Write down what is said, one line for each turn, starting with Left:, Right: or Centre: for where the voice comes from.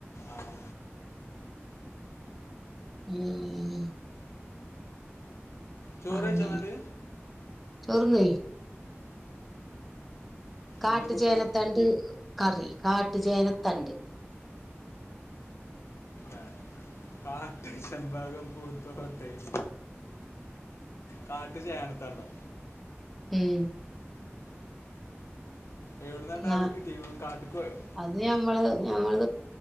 Left: ആഹ്
Centre: ഉം
Left: ചോറ്
Centre: അങ്ങനെ
Left: കഴിച്ചോ എന്നിട്ട്
Centre: ചോറ്ന്ന് കാട്ടു
Left: എന്താ കൂട്ടാൻ
Centre: ചേനത്തണ്ട് കറി കാട്ടുചേനത്തണ്ട്
Left: ആ കാ ശെമ്പകം പൂത്തോ പേസ് കാട്ടു ചേനത്തണ്ടോ
Centre: ഉം
Left: എവിടുന്നാണ്ട്
Centre: ന്നാ
Left: ആകെ കിട്ടിയിരിക്കുന്നു കാട്ടിക്ക് പോയോ
Centre: അത് ഞമ്മളത് ഞങ്ങള്